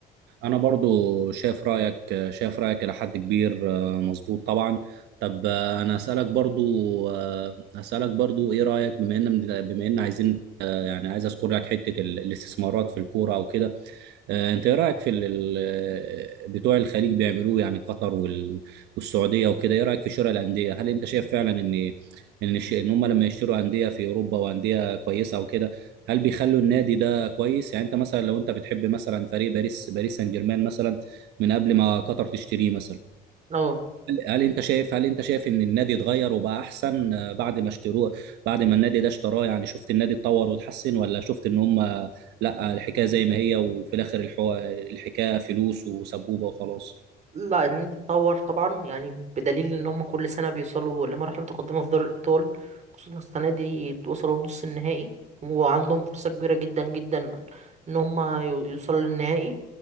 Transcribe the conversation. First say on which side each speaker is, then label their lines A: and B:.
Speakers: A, on the right; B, on the right.
A: انا برضو شايف رايك شايف رايك الى حد كبير آه، مظبوط طبعا طب آه، انا اسالك برضو آه، هسالك برضو ايه رايك بما ان بما ان عايزين يعني عايز اذكر لك حته ال- الاستثمارات في الكوره وكده آه، انت ايه رايك في ال- ال- بتوع الخليج بيعملوه يعني قطر وال- والسعوديه وكده ايه رايك في شراء الانديه هل انت شايف فعلا ان ان الش- ان هم لما يشتروا انديه في اوروبا وانديه كويسه وكده هل بيخلوا النادي ده كويس يعني انت مثلا لو انت بتحب مثلا فريق باريس باريس سان جيرمان مثلا من قبل ما قطر تشتريه مثلا
B: اه
A: هل هل انت شايف هل انت شايف ان النادي اتغير وبقى احسن آه، بعد ما اشتروه بعد ما النادي ده اشتراه يعني شفت النادي اتطور واتحسن ولا شفت ان هم لا الحكايه زي ما هي وفي الاخر الحو... الحكايه فلوس وسبوبه وخلاص
B: لا الهند اتطور طبعا يعني بدليل ان هم كل سنه بيوصلوا لمرحله متقدمه في دوري الابطال خصوصا السنه دي وصلوا لنص النهائي وعندهم فرصه كبيره جدا جدا ان هم يو- يوصلوا للنهائي